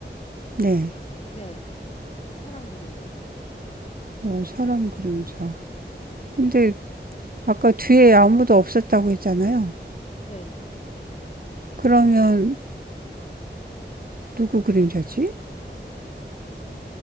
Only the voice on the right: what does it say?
네.
어, 사람 그림자. 근데 아까 뒤에 아무도 없었다고 했잖아요.
그러면 누구 그림자지?